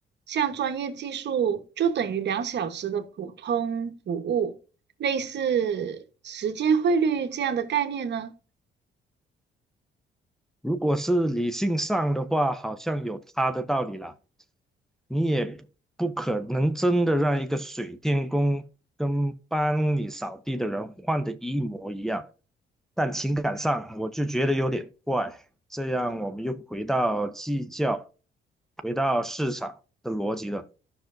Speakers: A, on the right (about 60°); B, in the centre.
A: 像专业技术就等于两小时的普通服务，类似时间汇率这样的概念呢？
B: 如果是理性上的话，好像有他的道理啦。你也不可能真的让一个水电工跟帮你扫地的人换的一模一样，但情感上我就觉得有点怪。这样我们又回到计较，回到市场的逻辑了。